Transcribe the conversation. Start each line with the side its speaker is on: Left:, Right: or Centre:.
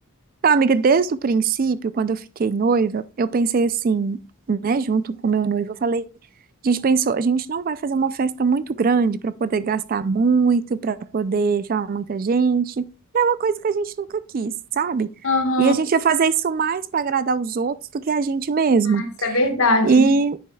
Right: Então, amiga, desde o princípio, quando eu fiquei noiva, eu pensei assim, né, junto com meu noivo, eu falei, a gente pensou, a gente não vai fazer uma festa muito grande para poder gastar muito, para poder chamar muita gente. É uma coisa que a gente nunca quis, sabe?
Left: Aham,
Right: E a gente ia fazer isso mais para agradar os outros do que a gente mesmo.
Left: isso é verdade.
Right: E